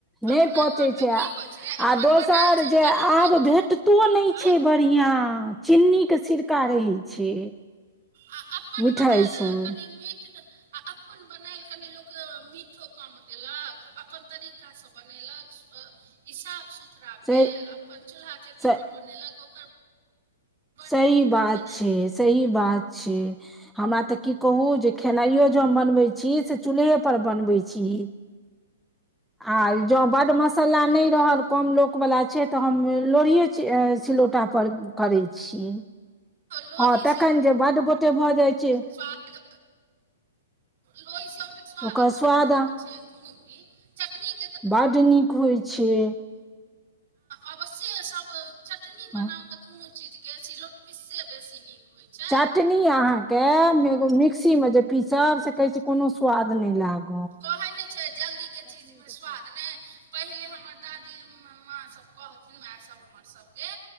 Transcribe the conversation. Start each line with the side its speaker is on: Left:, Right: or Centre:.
Centre: नै
Right: अपना
Centre: पचे
Right: घरमे
Centre: छै आ
Right: की होइ छै अपन
Centre: दोसर
Right: बनायल चीज
Centre: जे
Right: कनि
Centre: आब
Right: मीठो
Centre: भेटतो
Right: रहत
Centre: नै छै बढ़ियां चिन्नी के सिरका रहै छै
Right: आ अपन
Centre: मिठाइ
Right: बनैल
Centre: सब
Right: कनि मीठ आ अपन बनैल कनि लोक मीठो कम देलक अपन तरीकासँ बनेलक सु अ ई साफ सुथरा भेल
Centre: से
Right: अपन चूल्हा चेकी
Centre: से
Right: पर बनेलक ओकर बड्ड
Centre: सही
Right: नीक होइ
Centre: बात
Right: ने
Centre: छै सही बात छै हमरा त की कहू जे खेनाइयो ज हम बनबै छी से चूल्हे पर बनबै छी आ जो बड मस सल्ला
Right: बहुत
Centre: नै रहल
Right: नीक
Centre: कम लोक वला छै त हम लोढ़ियए चि सिलौटा पर करै छी
Right: लोढ़ी
Centre: हँ तखैन जे बड गोटे भ जाइ छै
Right: स्वादो लोढी सिलौटक स्वाद
Centre: ओकर
Right: तऽ
Centre: स्वाद
Right: बड नीक होइ छै कुनु भी चटनी के
Centre: बड नीक होइ छैय।
Right: अवश्ये सभ चटनी
Centre: हँ,
Right: बनाउ तऽ कुनु चीजके सिलौट पिस्से बेसी नीक होइ छैय।
Centre: चटनी अहाँके मेगो मिक्सी में जे पीसब से कहै छी कुनु स्वाद नै लाग
Right: कहै नै छैय जल्दी के चीज में स्वाद नहि। पहिले हमर दादी म माँ सब कहथिन मै सब हमर सब के